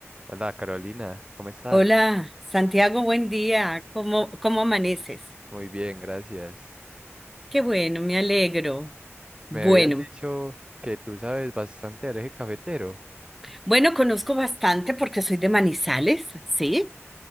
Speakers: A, on the right (about 20°); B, in the centre.
A: Hola Carolina, ¿cómo estás?
B: Hola, Santiago, buen día. ¿Cómo, cómo amaneces?
A: Muy bien, gracias.
B: Qué bueno, me alegro.
A: Me
B: Bueno,
A: habías dicho que tú sabes bastante del eje cafetero.
B: bueno, conozco bastante porque soy de Manizales, ¿sí?